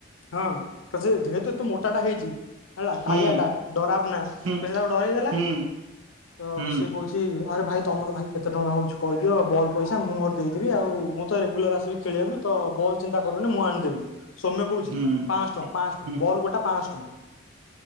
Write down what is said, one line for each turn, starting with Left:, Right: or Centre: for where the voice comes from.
Left: ହଁ ତ ସେ ଯେହେତୁ ଏତେ ମୋଟାଟା ହେଇଛି। ହେଲା
Right: ହୁଁ
Left: କାଳିଆ ଟା ଡରାବ ନା ତ
Right: ହୁଁ।
Left: ସେ ତାର ଡରେଇ ଦେଲା
Right: ହୁଁ
Left: ତ
Right: ହୁଁ
Left: ସିଏ କହୁଛି ଟି ଆରେ ଭାଇ ତମର ଭାଇ କେତେ ଟଙ୍କା ହଉଛି କହିଦିଅ ବଲ ପଇସା ମୁଁ ମୋର ଦେଇଦେବି। ଆଉ ମୁଁ ତ ରେଗୁଲାର ଆସିବି ଖେଳିବାକୁ ତ ବଲ୍ ଚିନ୍ତା କରନି ମୁଁ ଆଣିଦେବି। ସୌମ୍ୟ କହୁଛି।
Right: ହୁଁ
Left: ପାଆଁଶ ଟଙ୍କା। ପାଆଁଶ ଟଙ୍କା।
Right: ହୁଁ
Left: ବଲ ଗୋଟା ପାଆଁଶ ଟଙ୍କା।